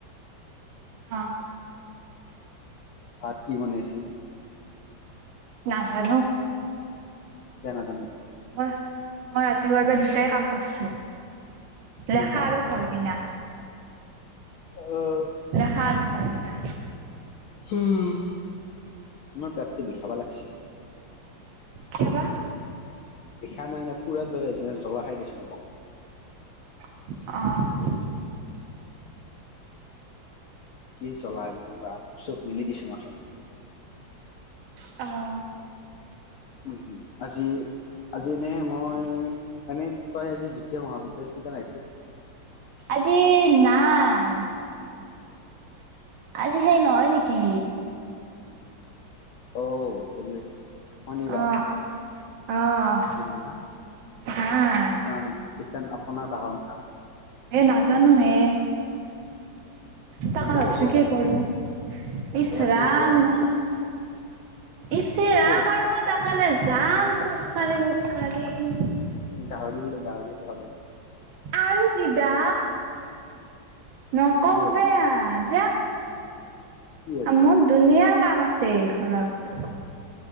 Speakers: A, on the right; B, on the left.
A: অ'।
B: ভাত কি বনাইছিল?
A: নাজানো।
B: কিও নাজানো?
A: মই, মই ৰাতিপুৱাৰ পৰা দুটাই কাম কৰিছো।
B: কি
A: দেখা
B: কাম
A: আৰু ঘৰ কিনা
B: অ'।
A: খা আৰু ঘৰ কিনা।
B: উ, তোমাৰ পেটটো বিষাব লাগছি।
A: কিওবা।
B: নিখা নাই নে পুৰত দৰে আহিছিল জলা খাই দিছিলো বন
A: অ'।
B: কি জলা কোনোবা চুখ মেলি দি চুমা খাই।
A: অ'।
B: উ, আজি, আজিনে মই এনে তই আজি দ্বিতীয় মহাবিদ্যালয় কিকাৰে আহিসি
A: আজি নাই। আজি সেই নহয় নেকি।
B: অ, বুজি পাইসু শনিবাৰ।
A: অ অ'।
B: আজি নাই না
A: নাই
B: কি কাম ইছটান ওকমান বহাৰ্মা
A: এ নাজানো এ তাক
B: নিবা
A: ভাবছো
B: আহিব ক'বাত
A: কি কৰো ইছ
B: ইহঁতলৈকে
A: ৰাম
B: নহ'লে
A: মো ইচৰাম
B: কুকুৰত
A: আৰু মই তাকালৈ যাম খোজ কাঢ়ি, খোজ কাঢ়ি
B: গাহৰি, গাহৰি থ
A: আৰু কিবা নকওঁ
B: কি হ'ব
A: বেয়া যা
B: কি হ'ব
A: মোৰ ধুনীয়া কাম আছে ঘৰত।